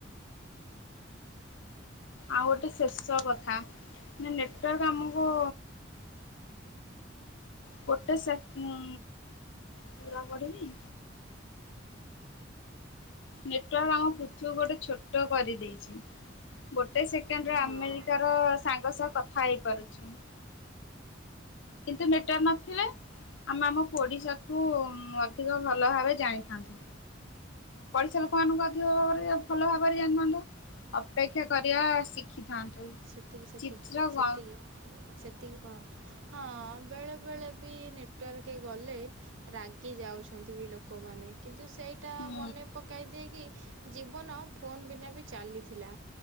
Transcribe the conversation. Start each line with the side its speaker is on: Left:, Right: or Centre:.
Left: ଆଉ ଗୋଟେ ଶେଷ କଥା ନେ-ନେଟୱାର୍କ ଆମକୁ ଗୋଟେ ସେକେ ଉଁ ପୂରା ପଢିବି? ନେଟୱାର୍କ ଆମ ପୃଥିବିକୁ ଗୋଟେ ଛୋଟ କରିଦେଇଚି । ଗୋଟେ ସେକେଣ୍ଡରେ
Right: ହଁ
Left: ଆମେରିକାର ସାଙ୍ଗ ସହ କଥା ହେଇ ପାରୁଚୁଁ । କିନ୍ତୁ ନେଟୱର୍କ ନଥିଲେ ଆମେ ଆମ ପଡିଶା କୁ ଅଧିକ ଭଲ ଭାବେ ଜାଣିଥାନ୍ତୁ। ପଡିଶା ଲୋକ ମାନଙ୍କୁ ଅଧିକ ଭାବରେ ଭଲ ଭାବରେ ଜାଣିଥାନ୍ତୁ। ଅପେକ୍ଷା କରିବା ଶିଖିଥାନ୍ତୁ।
Right: ସେତିକି ସେତିକି
Left: ଚିତ୍ର
Right: ସେତିକି
Left: ଗ
Right: ସେତିକି ହଁ ହଁ ବେଳେ ବେଳେ ବି ନେଟୱା ର୍କେ ଗଲେ ରାଗି ଯାଉଚନ୍ତି ବି ଲୋକମାନେ କିନ୍ତୁ ସେଇଟା
Left: ହୁଁ
Right: ମନେ ପକାଇ ଦିଏକି ଜୀବନ ଫୋନ୍ ବିନା ବି ଚାଲିଥିଲା